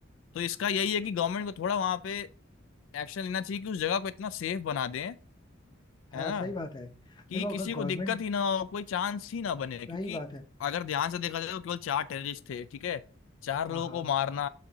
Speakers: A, on the left; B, on the left.
A: तो इसका यही है कि गवर्नमेंट को थोड़ा वहां पे एक्शन लेना चाहिए कि उस जगह को इतना सेफ बना दें
B: हाँ
A: है ना
B: सही बात है
A: कि
B: देखो
A: किसी
B: अगर
A: को
B: गवर्नमेंट
A: दिक्कत ही ना हो कोई चांस ही ना बने
B: सही
A: क्योंकि
B: बात है
A: अगर ध्यान से देखा जाए तो केवल चार टेररिस्ट थे ठीक है चार
B: हाँ
A: लोगों
B: हाँ
A: को मारना